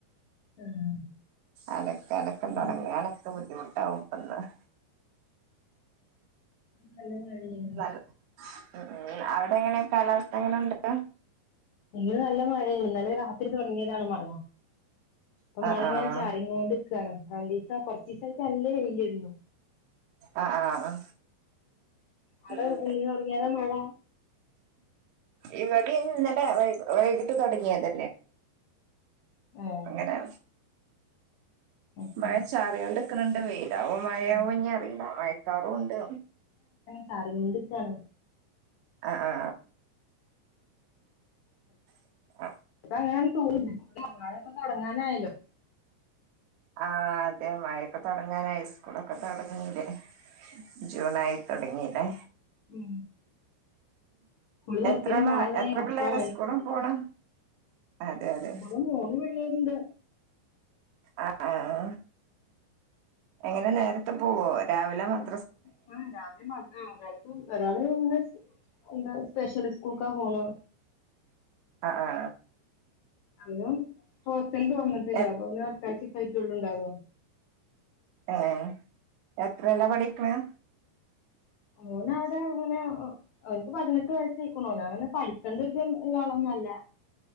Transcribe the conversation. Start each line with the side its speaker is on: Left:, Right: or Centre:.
Left: ആഹ്
Right: അലക്കെ അലക്ക
Left: ഇന്ന്
Right: തുടങ്ങനൊക്കെ ബുദ്ധിമു ട്ടാകും അന്ന് <unintelligible>
Left: നല്ല മഴയാണ്
Right: നല്ല ഉം ഉം അവിടെ എങ്ങനെ കാലാവസ്ഥ എങ്ങനെണ്ട്
Left: ഇന്ന് നല്ല മഴയാ ഇന്നലെ രാത്രി തുടങ്ങിയതാണ് മഴ ഇപ്പൊ
Right: ആഹ്
Left: മഴ
Right: ആഹ്
Left: ഇങ്ങനെ ചാറി കോണ്ട്ക്കാണ് ആ കൊർച്ചീസായിട്ട് നല്ല വെയിലേർന്നു
Right: ആഹ് ആഹ്
Left: അവിടെ
Right: ഉം
Left: എന്ന് തൊടങ്ങിയതാ മഴ
Right: ഇവടിം ഇന്നലെ വൈകിട്ട് തുടങ്ങിയത്
Left: ഏഹ്
Right: അങ്ങനെ
Left: അത് ശരി
Right: മഴച്ചാറിയോണ്ട്ക്ക്ണ്ണ്ട് വെയിലാവോ മഴയാവോ
Left: ഉം
Right: ഇനി അറിയില്ല മഴക്കാറൂണ്ട്
Left: ചാറിക്കോണ്ട്ക്കാണോ
Right: ആ ആ <unintelligible>
Left: അങ്ങനാണ് തോന്ന <unintelligible> മഴയൊക്കെ തൊടങ്ങാനായല്ലോ
Right: ആഹ് അതെ മഴയൊക്കെ തുടങ്ങാനായി സ്കൂളൊക്കെ തൊടങ്ങീല്ലേ ജൂണായി തുടങ്ങീല്ലേ
Left: മ് സ്കൂള് തൊറക്കലും
Right: എത്രോളാ
Left: മഴ ദേ
Right: എത്ര
Left: ഒക്കെ
Right: പിള്ളേരാ സ്കൂള് പോണ് അതെ അതെ
Left: ഇപ്പളും മൂന്ന് പിള്ളേരുണ്ട്
Right: ആ ആഹാ എങ്ങനെ നേരത്തെ പോവോ രാവിലെ മക്ക
Left: ഹേ രാത്രി മടിയാവും <unintelligible> ഒരാള് ഇങ്ങെ എന്താ സ്പെഷ്യൽ സ്കൂൾക്കാ പോണ്
Right: ആ ആ
Left: അവന് ഹോസ്റ്റൽന്ന് വന്നിട്ടില്ല
Right: എ
Left: ഇൻക് തോന്നണത് അടുത്താഴ്ച്ചായിട്ട് ഉണ്ടാവുള്ളു
Right: ഏ ഏ എത്രയിലാ പഠിക്ക്ണ്
Left: ഓന അവിടെ അങ്ങനെ ഓൻക്ക് പതിനെട്ട് വയസ്സ് ആയിക്ക്ണു ഓന അങ്ങനെ പഠിക്കെണ്ടൊരിതില്ല ആളൊന്നല്ല